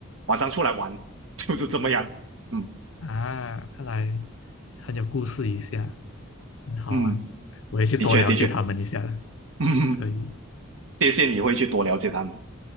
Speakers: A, on the right; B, on the left.
A: 晚上出来玩，就是这么样。嗯
B: 啊，看来很有故事一下，很好啊，
A: 嗯，
B: 我也去多了解他们一下了。
A: 的确的确，嗯，
B: 可以，
A: 谢谢你会去多了解他们。